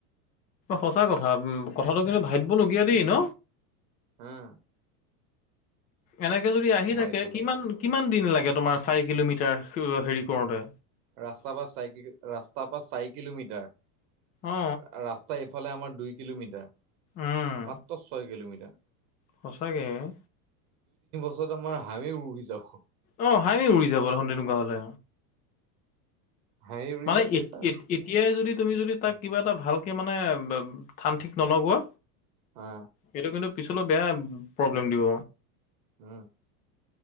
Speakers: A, on the left (about 20°); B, on the right (about 65°).
A: সঁচা কথা উ কথাটো কিন্তু ভাবিবলগীয়া দেই ন
B: উম
A: এনেকে যদি আহি থাকে
B: এইফালে
A: কিমান কিমান কিমান দিন লাগে তোমাৰ চাৰি কিলোমিটাৰ অ হেৰি কৰোঁতে
B: ৰাস্তাৰ পা চাইকিলো ৰাস্তা পা চাৰি কিলোমিটাৰ
A: অ
B: ৰাস্তা ফালে আমাৰ দুই কিলোমিটাৰ
A: উম
B: মাত্ৰ ছয় কিলোমিটাৰ
A: সঁচাকে অ
B: যত আমাৰ হামি উমি যক
A: অ হামি উৰি যাব দেখোন তেনুকা হলে
B: হাঁহি উৰিলে
A: মানে
B: চেচ
A: এত
B: আৰু
A: এত এতিয়াই যদি তুমি যদি তাক কিবা এটা ভাল ভালকেমানে থান ঠিক নলগোৱা
B: হা
A: এইটো কিন্তু পিছলৈ বেয়া প্ৰব্লেম দিব
B: উম